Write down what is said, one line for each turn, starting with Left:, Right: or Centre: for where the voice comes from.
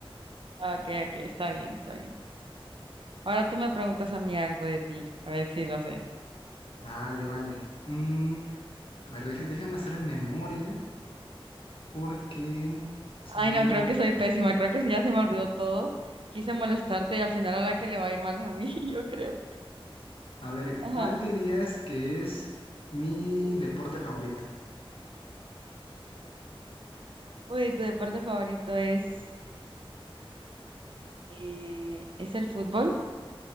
Right: ah, ok, ok, está bien, está bien. Ahora tú me preguntas a mí algo de ti, a ver si lo sé.
Left: Vale, vale. Mm, a ver, deja- déjame hacer memoria porque...
Right: Ay,
Left: mm,
Right: no, creo que soy pésima, creo que sí, ya se me olvidó todo. Quise molestarte y al final a la que le va a ir mal es a mí, <laughs> yo creo.
Left: a ver,
Right: Ajá.
Left: ¿cuál dirías que es mi deporte favorito?
Right: Uy, tu deporte favorito es, eh, es el fútbol.